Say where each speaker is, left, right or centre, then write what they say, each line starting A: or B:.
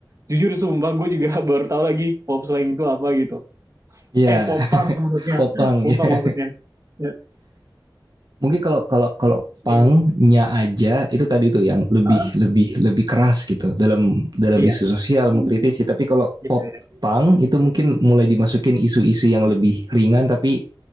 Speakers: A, on the right; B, on the right.
A: Jujur sumpah, gue juga <laughs> baru tahu lagi pop slang itu apa gitu.
B: Ya,
A: Eh, popang
B: <laughs>
A: maksudnya.
B: popang
A: Popang
B: ya.
A: maksudnya. Ya,
B: mungkin kalau kalau kalau
A: oke.
B: pangnya aja itu tadi tuh yang lebih
A: Ah,
B: lebih lebih keras gitu dalam dalam isu
A: iya.
B: sosial
A: Hmm.
B: mengkritisi tapi kalau
A: Iya,
B: pop
A: iya.
B: pang itu mungkin mulai dimasukin isu-isu yang lebih ringan tapi